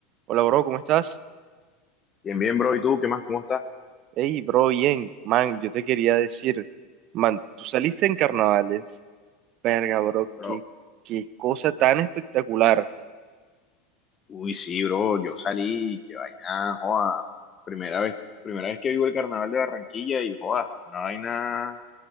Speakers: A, on the right (about 45°); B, on the left (about 25°).
A: Hola, bro, ¿cómo estás?
B: Bien, bien, bro. ¿Y tú qué más? ¿Cómo estás?
A: Hey, bro, bien. Man, yo te quería decir, man, tú saliste en carnavales. Verga, bro,
B: Bro,
A: qué, qué cosa tan espectacular.
B: uy, sí, bro. Yo salí, qué vaina, joda. Primera vez, primera vez que vivo el carnaval de Barranquilla y joda, una vaina,